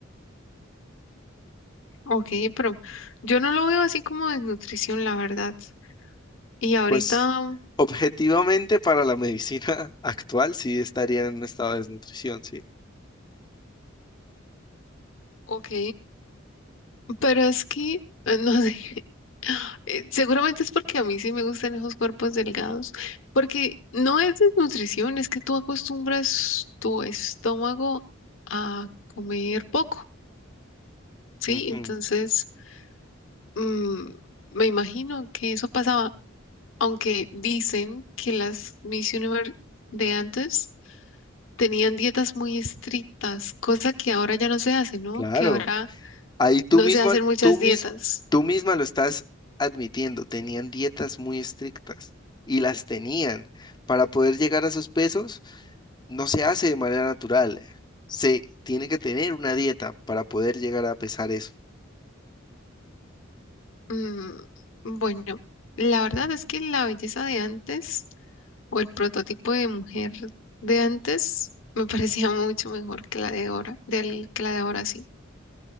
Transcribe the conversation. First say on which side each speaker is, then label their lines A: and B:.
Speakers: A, on the left; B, on the left.
A: ok, pero yo no lo veo así como desnutrición, la verdad. Y ahorita,
B: Pues objetivamente para la medicina <laughs> actual sí estaría en un estado de desnutrición, ¿sí?
A: ok, Pero es que, eh, no sé, <laughs> eh, seguramente es porque a mí sí me gustan esos cuerpos delgados, porque no es desnutrición, es que tú acostumbras tu estómago a comer poco, ¿sí?
B: Ujú,
A: Entonces, mm, me imagino que eso pasaba, aunque dicen que las Miss Universe de antes tenían dietas muy estrictas, cosa que ahora ya no se hace, ¿no?
B: claro.
A: Que ahora
B: Ahí tú
A: no
B: misma,
A: se hacen muchas
B: tú mismo,
A: dietas.
B: tú misma lo estás admitiendo, tenían dietas muy estrictas y las tenían. Para poder llegar a sus pesos, no se hace de manera natural. Se tiene que tener una dieta para poder llegar a pesar eso.
A: Mm, bueno, la verdad es que la belleza de antes o el prototipo de mujer de antes me <laughs> parecía mucho mejor que la de ahora, del, que la de ahora sí.